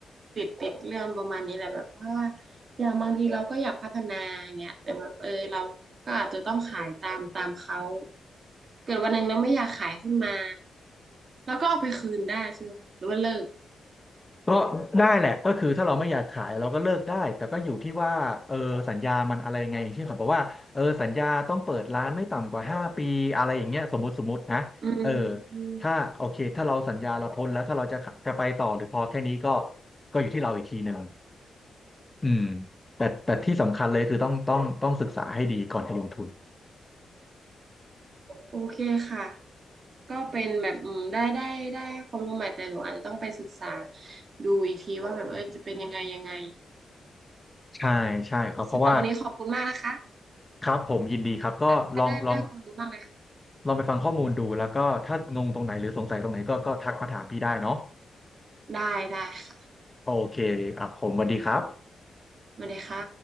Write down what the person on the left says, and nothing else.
ก็ได้แหละก็คือถ้าเราไม่อยากขายเราก็เลิกได้แต่ก็อยู่ที่ว่าเออสัญญามันอะไรไงที่เเขาบอกว่าเออสัญญาต้องเปิดร้านไม่ต่ำกว่าห้าปีอะไรอย่างเงี้ยสมมติสมมตินะเออ
ถ้าโอเคถ้าเราสัญญาเราพ้นแล้วถ้าเราจะขะจะไปต่อหรือพอแค่นี้ก็ก็อยู่ที่เราอีกทีหนึ่งอืมแต่แต่ที่สำคัญเลยคือต้องต้องต้องศึกษาให้ดีก่อนจะลงทุน
ใช่ใช่ครับเพราะว่า
ครับผมยินดีครับก็ลองลอง
ลองไปฟังข้อมูลดูแล้วก็ถ้างงตรงไหนหรือสงสัยตรงไหนก็ก็ทักมาถามพี่ได้เนาะ
โอเคอ่ะผมสวัสดีครับ